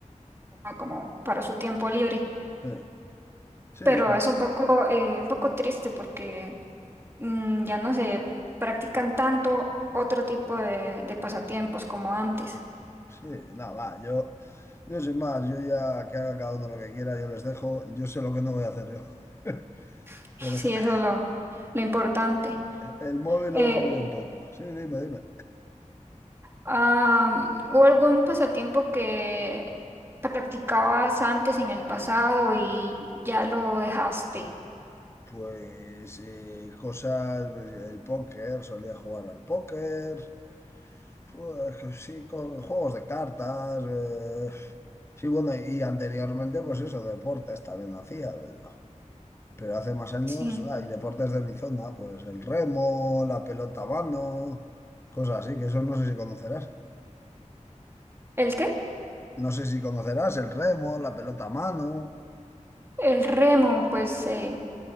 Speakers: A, on the right; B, on the left.
A: toma como para su tiempo libre,
B: Sí, sí,
A: pero
B: no,
A: es un poco, eh, un poco triste porque mm, ya no se practican tanto otro tipo de, de pasatiempos como antes.
B: sí, no, va, yo, yo sin más, yo ya que haga cada uno lo que quiera, yo les dejo, yo sé lo que no voy a hacer yo. <laughs>
A: <laughs> Sí,
B: Por ejemplo.
A: eso es lo, lo importante.
B: El móvil
A: Eh,
B: lo uso yo un poco. Sí, dime, dime.
A: ah, ¿hubo algún pasatiempo que practicabas antes en el pasado y ya lo dejaste?
B: Pues eh, cosas, pues, el póker, solía jugar al póker, pues sí, co- juegos de cartas, eh, sí, bueno, y anteriormente pues eso, deportes también hacía, pero, pero hace más años,
A: Sí.
B: hay deportes de mi zona, pues el remo, la pelota a mano, cosas así, que eso no sé si conocerás.
A: ¿El qué?
B: No sé si conocerás el remo, la pelota a mano.
A: El remo, pues eh,